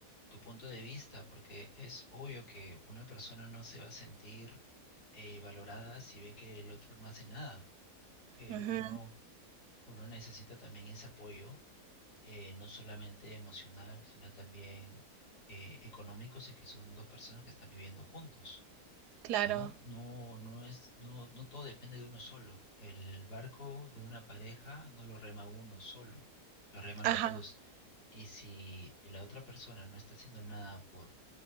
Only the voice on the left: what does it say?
tu punto de vista, porque es obvio que una persona no se va a sentir eh, valorada si ve que el otro no hace nada. Eh,
uno, uno necesita también ese apoyo eh, no solamente emocional, sino también eh, económico, si es que son dos personas que están viviendo juntos.
No, no, no es, no, no todo depende de uno solo. El barco de una pareja no lo rema uno solo, lo reman
los dos. Y si la otra persona no está haciendo nada por,